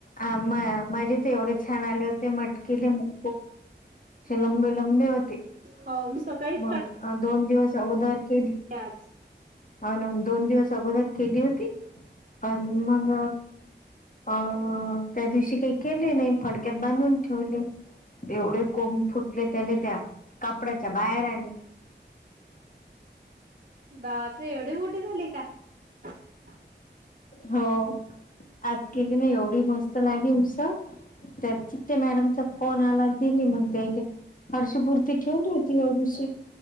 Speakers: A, on the left; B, on the right.
A: अ म माझे ते एवढे छान आले होते मटकीेले मोड. हो लंबे लंबे होते,
B: हो मी सकाळीच
A: मग दोन दिवस. चौदार के
B: प्याज
A: हो ना दोन दिवस अगोदर केली होती अ मग अ त्या दिवशी काही केले नाही फडक्यात बांधून ठेवले. एवढे कोंब फुटले त्याला त्या कापडाच्या बाहेर आली
B: बापरे एवढे मोठे झाले का. <inaudible>
A: हो. आज केली ना एवढी मस्त लागली उसळ. ते चिट्टी मॅडमचा फोन आलाय दिली मग त्यांच्याकडे. हरषपूर्ती ठेवली होती एवढीशी,